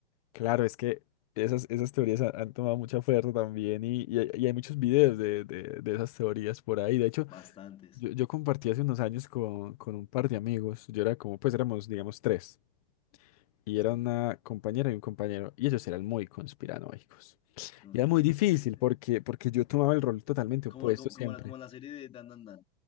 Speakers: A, on the left; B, on the left.
A: claro, es que esas, esas teorías han, han tomado mucha fuerza también y, y hay, y hay muchos videos de, de, de esas teorías por ahí. De hecho,
B: bastantes.
A: yo, yo compartí hace unos años con, con un par de amigos. Yo era como, pues éramos, digamos, tres. y era
B: Sí,
A: una compañera y un compañero, y ellos eran muy conspiranoicos.
B: ok,
A: Y era muy difícil
B: chévere.
A: porque,
B: Entonces,
A: porque yo tomaba el rol totalmente
B: Como,
A: opuesto
B: como,
A: siempre,
B: como la, como la serie de Dan Dan Dan,